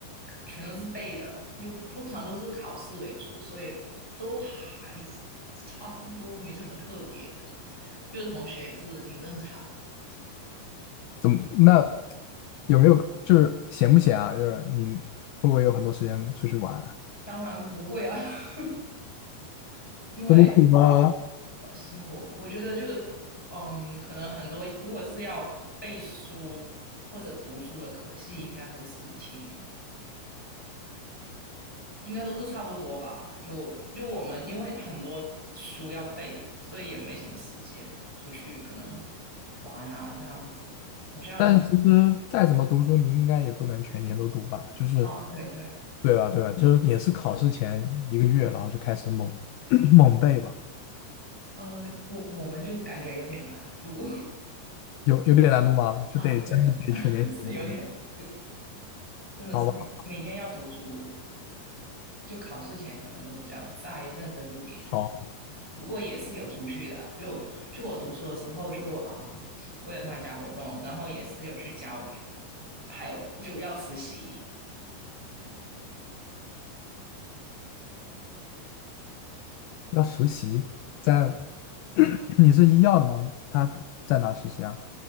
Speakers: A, in the centre; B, on the left (about 80°).
A: 全都是背的，就通常都是考试为主，所以都还是差不多，没什么特别的。就是同学也是挺正常啊，这样
B: 怎么那有没有就是闲不闲啊？就是你会不会有很多时间出去玩啊
A: 当然不会啊，<laughs> 因为
B: 这么苦吗？
A: 呃辛苦。我觉得就嗯，可能很多如果是要背书或者读书的科系，应该都是挺应该都是差不多吧。就就我们因为很多书要背，所以也没什么时间出去可能玩啊这样子。好像
B: 但其实再怎么读书，你应该也不能全年都读吧？就是，
A: 哦，对对，
B: 对吧？对吧？就是也是考试前一个月，然后就开始猛 <coughs> <clears throat> 猛背吧。
A: 呃，我我们就感觉有点难读
B: 有有点难度吗？
A: <laughs>
B: 就得真的得全年学了，
A: 啊，对，<laughs> 是有点难读，真的是每每天要读书。
B: 好吧？
A: 就考试前可能就要再认真一点。
B: 好，
A: 不过也是有出去的，就就我读书的时候就啊、嗯我有参加活动，然后也是有去交流，还有就要实习。
B: 要实习，在 <coughs> <clears throat> 你是医药的吗？他在哪实习啊？